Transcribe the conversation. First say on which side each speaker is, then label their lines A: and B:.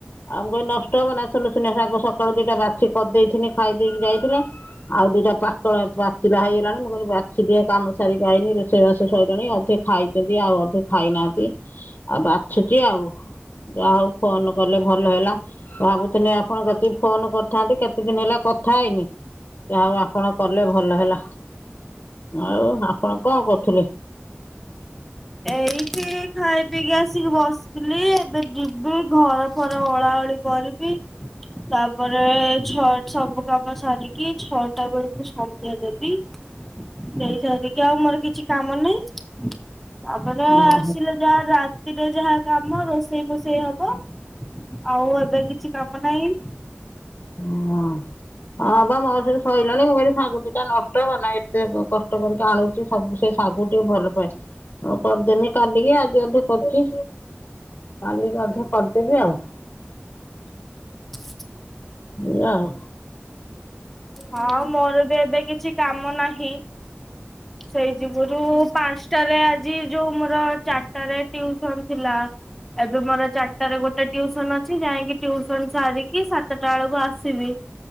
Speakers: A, on the left; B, in the centre.
A: ଆଉ ମୁଁ କହିନି ନଷ୍ଟ ହବ ନା। ଶୁନୁ ଶୁନିଆ ଶାଗ ସକାଳୁ ଦିଟା ବାଛି କରିଦେଇଥିଲି ଖାଇ ଦେଇକି ଯାଇଥିଲା। ଆଉ ଦିଟା ପାକଳ ପାଚିଲା ହେଇଗଲାଣି। ମୁଁ କହିଲି ବାଛିିଦିଏ କାମ ସାରିକି ଆଇନି ରୋଷେଇବାସ ସଇଲାଣି ଅଧେ ଖାଇ ଛନ୍ତି ଆଉ ଅଧେ ଖାଇନାହାନ୍ତି ଆଉ ବାଛୁଛି ଆଉ। ଯାହାଉ ଫୋନ କଲେ ଭଲ ହେଲା। ଭାବୁଥିଲି ଆପଣ କତିକି ଫୋନ କରିଥାନ୍ତି କେତେ ଦିନ ହେଲା କଥା ହେଇନି। ଯାହାଉ ଆପଣ କଲେ ଭଲ ହେଲା। ଆଉ ଆପଣ କଣ କରୁଥିଲେ।
B: ଏଇଠି ଖାଇ ପିଇକି ଆସିକି ବସ ଥିଲି, ଏବେ ଯିବି ଘର ଫର ଓଳା ଓଳି କରିବି। ତାପରେ ଛ ଛବୁ କାମ ସରିକି ଛଅଟା ବେଳକୁ ସନ୍ଧ୍ୟା ଦେବି। ଦେଇ ସାରିକି ଆଉ ମୋର କିଛି କାମ ନାହିଁ। ତାପରେ
A: ଓହୋ
B: ଆସିଲେ ଯାହା ରା ରେ ଯାହା କାମ ରୋଷେଇ ଫୋଷେଇ ହବ, ଆଉ ଏବେ କିଛି କାମ ନାହିଁ।
A: ହଁ। ହଁ ବା ମୋ ସେଇବି ସଇଲାଣି, ମୁଁ କହିଲି ଶାଗ ଦିଟା ନଷ୍ଟ ହବ ନା ଏତେ କଷ୍ଟ କରିକି ଆଣୁଛି ସବୁ ସେ ଶାଗୁକୁ ଟିକେ ଭଲ ପାଏ। ହଉ କରିଦେମି କାଲିକି ଆଜି ଅଧେ କରୁଚି। କାଲିକି ଅଧା କରିଦେବି ଆଉ।
B: <inaudible>
A: ଏଇଆ ଆଉ।
B: ହଁ ମୋର ବି ଏବେ କିଛି କାମ ନାହିଁ। ସେଇ ଯଗରୁ ପାଞ୍ଚଟାରେ ଆଜି ଯୋଉ ମୋର ଚାରିଟାରେ ଟିଉସନ ଥିଲା। ଏବେ ମୋର ଚାରିଟାରେ ଗୋ ଟିଉସନ ଅଛି, ଯାଇକି ଟଟିୁସନ ସାରିକି ସାତଟା ବେଳକୁ ଆସିବି।